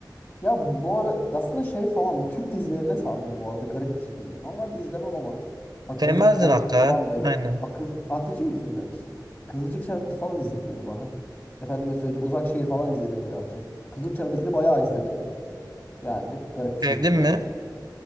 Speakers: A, on the left; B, on the right.
A: Ya bu ara aslında şey falan bu Türk dizilerine sardım bu arada garip bir şekilde. Normalde izlemem ama bak
B: Sevmezdin
A: Kızılcık Şerbeti
B: hatta.
A: falan da
B: Aynen.
A: bak kız, Hatice yüzünden işte. Kızılcık Şerbeti falan izletiyordu bana. Efendime söyleyeyim Uzak Şehir falan izledim birazcık. Kızılcık Şerbeti'ni bayağı izledim. Yani garip bir şekilde.
B: Sevdin mi?